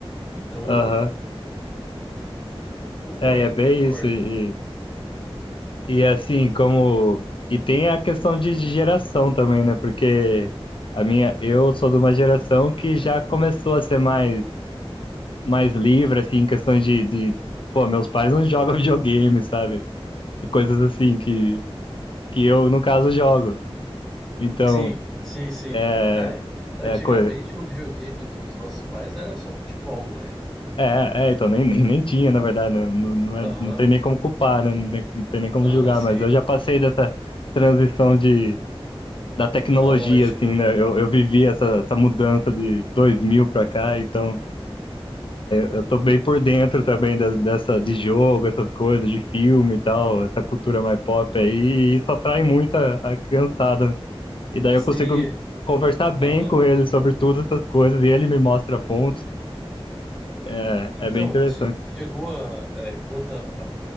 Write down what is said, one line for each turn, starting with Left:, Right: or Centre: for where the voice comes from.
Centre: Então,
Left: aham.
Centre: eu concordo,
Left: é, é bem
Centre: concordo.
Left: isso. E, e, e, assim, como. E tem a questão de, de geração também, né? Porque a minha, eu sou de uma geração que já começou a ser mais mais livre, assim, em questões de, de, pô, meus pais não jogam <laughs> videogame, sabe? Coisas assim que, que eu, no caso, jogo. Então,
Centre: Sim, sim, sim.
Left: é,
Centre: Ah, É, antigamente
Left: é, co- é,
Centre: o videogame dos nossos pais era só futebol, né?
Left: é, então, nem, nem, nem tinha, na verdade, não, não, não,
Centre: Aham,
Left: é- não tem nem como culpar, né? Não tem não tem nem como
Centre: aham,
Left: julgar,
Centre: sim.
Left: mas eu já passei dessa transição de, da tecnologia,
Centre: Analógico.
Left: assim, né? Eu, eu vivi essa, essa mudança de 2000 pra cá, então Eu tô bem por dentro também das- dessa de jogo, essas coisas, de filme e tal, essa cultura mais pop aí, e isso atrai muito a, a criançada. né? E daí
Centre: Sim,
Left: eu consigo conversar bem
Centre: aham.
Left: com ele sobre todas essas coisas, e ele me mostra pontos. É,
Centre: Então,
Left: é bem interessante.
Centre: che- chegou a, é, quanto a,